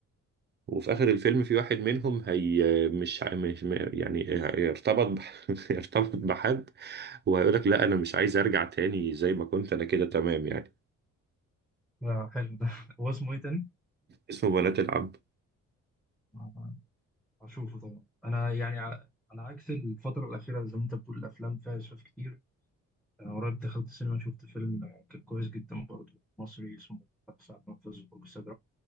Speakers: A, on the right; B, in the centre.
A: وفي آخر الفيلم في واحد منهم هي مش مش يعني يرتبط ب... <laughs> يرتبط بحد وهيقول لك لا أنا مش عايز أرجع تاني زي ما كنت أنا كده تمام يعني
B: لا حلو ده <laughs> هو اسمه ايه تاني؟
A: اسمه بنات العم
B: آه، هشوفه طبعا انا يعني ع- على عكس الفترة الأخيرة زي ما انت بتقول الافلام فيها اسفاف كتير انا قريب دخلت السينما شفت فيلم آه، كان كويس جدا برضه مصري اسمه البحث عن منفذ لخروج السيد